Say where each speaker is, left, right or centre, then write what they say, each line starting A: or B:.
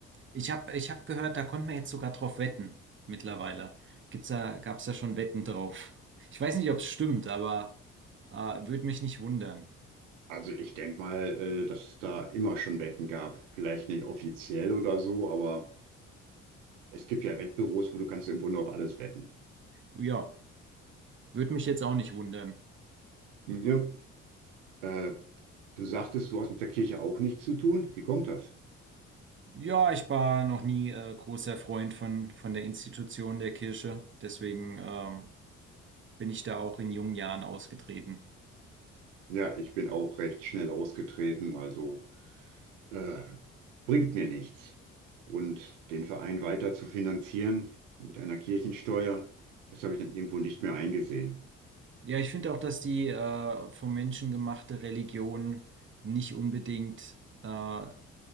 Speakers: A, on the right; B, on the right.
A: Ich habe ich hab gehört, da konnte man jetzt sogar drauf wetten mittlerweile. Gibt's da, gab's da schon Wetten drauf? Ich weiß nicht, ob es stimmt, aber äh, würde mich nicht wundern.
B: also ich denke mal, äh, dass es da immer schon Wetten gab. Vielleicht nicht offiziell oder so, aber es gibt ja Wettbüros, wo du kannst im Grunde auf alles wetten.
A: Ja, würde mich jetzt auch nicht wundern.
B: Hm, Ja, äh, du sagtest, du hast mit der Kirche auch nichts zu tun. Wie kommt das?
A: Ja, ich war noch nie äh, großer Freund von, von der Institution der Kirche. Deswegen ähm, bin ich da auch in jungen Jahren ausgetreten.
B: Ja, ich bin auch recht schnell ausgetreten, also äh, bringt mir nichts. Und den Verein weiter zu finanzieren mit einer Kirchensteuer, das habe ich dann irgendwo nicht mehr eingesehen.
A: Ja, ich finde auch, dass die äh, vom Menschen gemachte Religion nicht unbedingt äh,